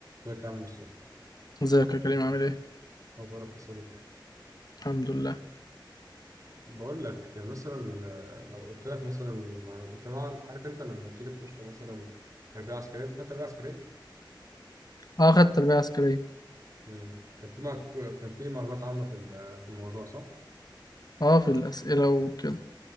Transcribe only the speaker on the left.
ازيك يا كريم عامل ايه؟
الحمد لله
اه خدت تربية عسكرية
اه في الأسئلة وكده